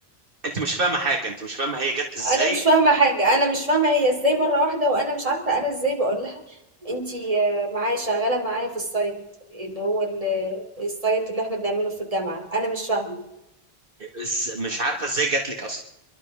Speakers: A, on the right (about 60°); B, on the right (about 35°).
A: انت مش فاهمه حاجه انت مش فاهمه هي جت ازاي
B: انا مش فاهمه حاجه انا مش فاهمه هي ازاي مره واحده وانا مش عارفه انا ازاي بقول لها انتي آه، معايا شغاله معايا في السايت اللي هو ال- السايت اللي احنا بنعمله في الجامعه انا مش فاهمه
A: إز... مش عارفه ازاي جت لك اصلا